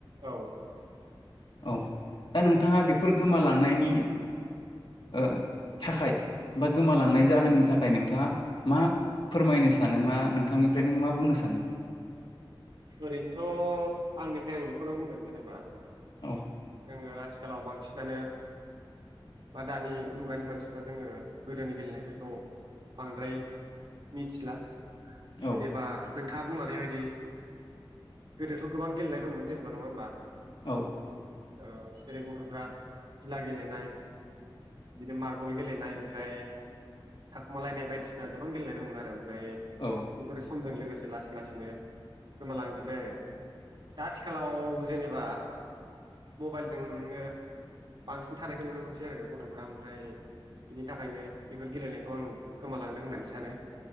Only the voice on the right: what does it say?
औ ।
ओरैनोथ' आंनिफ्राय आं बेखौनो बुंगोन जेनेबा
जोङो आथिखालाव बांसिनानो बा दानि मुगानि मानसिफ्रा जोङो गोदोनि गेलेनायफोरखौ बांद्राय मिथिला
जेनेबा नोंथाङा बुंलानाय बायदि गोदोथ' गोबां गेलेनाय दंमोन जेनेबा नङा होमबा?
ओ जेरै गथ'फ्रा गिला गेलेनाय बिदि मार्बल गेलेनाय ओमफ्राय थाखुमालायनाय बायदिसिना गोबां गेलेनाय दंमोन आरो ओमफ्राय
बेफोर समजों लोगोसे लासै लासैनो गोमालांजोबबाय आरो । दा आथिखालाव जेनेबा मबाइलजोंनो बांसिन थानायखौ नुनो मोनसै आरो गथ'फ्रा ओमफ्राय बिनि थाखायनो बेफोर गेलेनायखौ आं गोमालांदों होननानै सानो ।